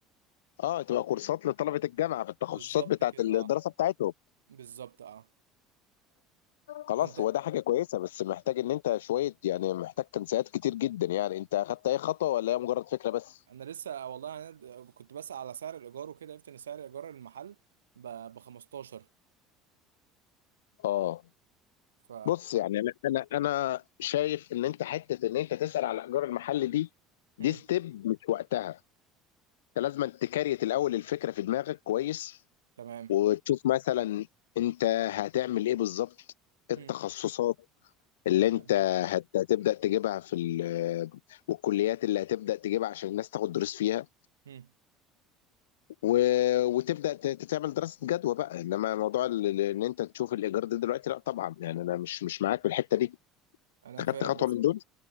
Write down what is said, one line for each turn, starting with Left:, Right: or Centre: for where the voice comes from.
Left: اه تبقى كورسات لطلبة الجامعة في التخصصات
Right: بالظبط
Left: بتاعت
Right: كده
Left: الدراسة
Right: اه
Left: بتاعتهم
Right: بالظبط اه
Left: خلاص
Right: فانت
Left: هو ده حاجة كويسة بس محتاج ان انت شوية يعني محتاج تنسيقات كتير جدا يعني انت اخدت اي خطوة ولا هي مجرد فكرة بس
Right: انا لسه والله انا د- كنت بسأل على سعر الايجار وكده عرفت ان سعر ايجار المحل ب 15
Left: اه
Right: ف
Left: بص يعني انا انا انا شايف ان انت حتة ان انت تسأل على الايجار المحلي دي دي
Right: مم.
Left: ستيب مش وقتها انت لازم تكريت الاول الفكرة في دماغك كويس
Right: تمام
Left: وتشوف مثلا انت هتعمل ايه بالظبط إيه
Right: مم.
Left: التخصصات اللي انت
Right: تمام.
Left: هت- هتبدأ تجيبها في ال- والكليات اللي هتبدأ تجيبها عشان الناس تاخد دروس فيها
Right: مم.
Left: و- وتبدأ ت- تعمل دراسة جدوى بقى انما موضوع ال- ال- ان انت تشوف الايجار ده دلوقتي لا طبعا يعني انا مش مش معاك في الحتة دي
Right: انا
Left: خدت
Right: فاهم
Left: خطوة
Right: بس
Left: من دول